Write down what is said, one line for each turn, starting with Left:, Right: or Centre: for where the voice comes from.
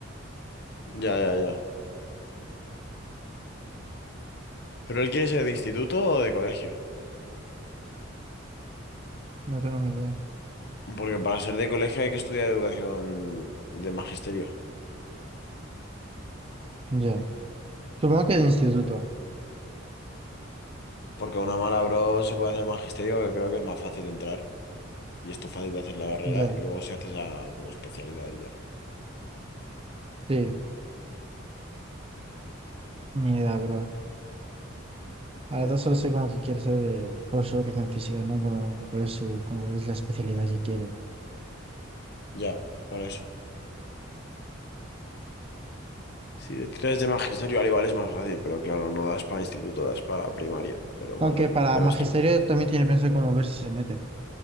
Left: Ya, ya, ya. ¿Pero él quiere ser de instituto o de colegio?
Right: no tengo ni idea.
Left: Porque para ser de colegio hay que estudiar educación de magisterio.
Right: Ya. Supongo que de instituto.
Left: Porque a una mala bro se puede hacer magisterio, que creo que es más fácil entrar. Y esto fácil de hacer la carrera.
Right: Ya,
Left: Y luego se hace esa como especialidad y ya.
Right: sí. Ni idea, bro. A
Left: Bueno,
Right: las dos solo sé como que quiere ser eh, profesor de educación física, ¿no? Como, cuál es su, como cuál es la especialidad que quiere.
Left: ya, por eso. Si le tiras de magisterio, al igual es más fácil. Pero claro, no das para instituto, das para primaria. Pero bueno,
Right: Aunque para
Left: ya
Right: magisterio
Left: ves tú.
Right: también tiene pensado como ver si se mete.